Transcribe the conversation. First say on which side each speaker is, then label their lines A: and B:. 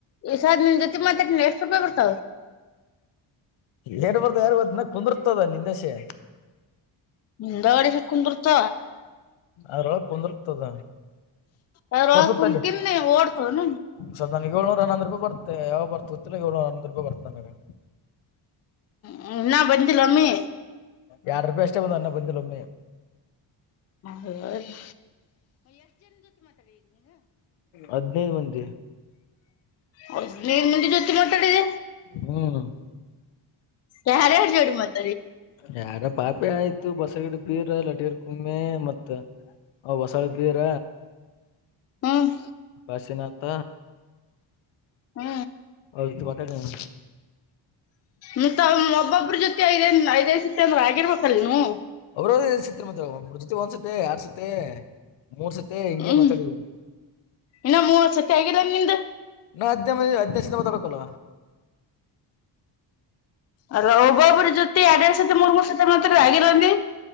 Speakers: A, on the left; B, on the left.
A: ಈ ಸರ್ ನಿನ್ ಜೊತೆ ಮಾತದ್ನ್ ಎಷ್ಟ್ ರೂಪಾಯಿ ಬರ್ತಾವ್.
B: ಲೇಡಿ ಬರ್ದ ಯಾರು ಬ ನ ಕುಂದಿರ್ತದ ಅಲ್ಲಿಂದೇಸಿ.
A: ಮುಂದಾಡಿದ ಕುಂದುರ್ತ
B: ಆರೋಳಗ್ ಕುಂದುರ್ತದ
A: ಅದ್ರೊಳಗ
B: ತೋರ್ಸತ್ತಲ್ಲಿ.
A: ಕುಂತಿನ್ ಓಡ್ತವನು
B: ಸರ್ ನನ್ಗ್ ಏಳ್ನೂರ ಹನ್ನಂದು ರೂಪಾಯಿ ಬರ್ತೆ ಯಾವ ಬರ್ತ್ ಗೊತ್ತಿಲ್ಲ ಏಳ್ನೂರ್ ಹನ್ನೊಂದ್ ರೂಪಾಯಿ ಬರ್ ನನಗೆ
A: ಹ್ಮ ಇನ್ನ ಬಂದಿಲ್ಲಮ್ಮಿ
B: ಯಾರ್ಡ್ ರೂಪಾಯಿ ಅಷ್ಟೇ ಬಂದ ಇನ್ನ ಬಂದಿಲ್ಲ ಒಮ್ಮೆ.
A: ಆ ಹೊದು
B: ಹದ್ನೈದ್ ಮಂದಿ
A: ಹದಿನೈದು ಮಂದಿ ಜೊತೆ ಮಾತಾಡಿದೆ
B: ಹ್ಮ್
A: ಯಾರ್ಯರ್ ಜೋಡಿ ಮತ್
B: ಯಾರ ಪಾಪಿ ಆಯ್ತು ಬಸಗಿದ ಪೀರ ಲಟಿರ್ ಕುಮ್ಮೆ ಮತ್ತ ಹೊಸಳ ಕೀರ
A: ಹ್ಮ್
B: ಕಾಶೀನಾಥ
A: ಹ್ಮ
B: ಅವ್ರ್ ಜೊತೆ ಮಾತಾಡಿನ್.
A: ಮತ್ತ ಒಬ್ಬೊಬ್ರ್ ಜೊತೆ ಐದ ಐದ್ ಐದ್ ಐದೈಸತಿ ಅಂದ್ರೆ ಆಗಿರ್ಬೇಕಲ್ಲಿ ಹ್ಮ್
B: ಅವ್ರವ್ರ್ ಎಲ್ ಸಿಕ್ತ್ರ್ ಮತ್ತೆ ಒಬ್ರು ಜೊತೆ ಒಂದ್ಸತಿ ಎರಡ್ ಸತಿ ಮೂರ್ ಸ ತಿ ಹಿಂಗೆ
A: ಹ್ಮ್
B: ಮಾತಾಡಿದು.
A: ಇನ್ನ ಮೂವತ್ ಸತಿ ಆಗಿಲ್ಲ ನಿಂದು
B: ಇನ್ನು ಹದ್ನೈದ್ ಮಂದಿ ಹದ್ನೈದ್ ಸತಿ ಮಾತಾಡ್ಬಕಲ್ಲ.
A: ಅಲ್ಲ ಒಬ್ಬೊಬ್ರ್ ಜೊತಿ ಏಡೆಡ್ ಸತಿ ಮೂರ್ ಮೂರು ಸತಿ ಮತಾಡಿದ್ರ್ ಆಗಿಲಮ್ಮಿ,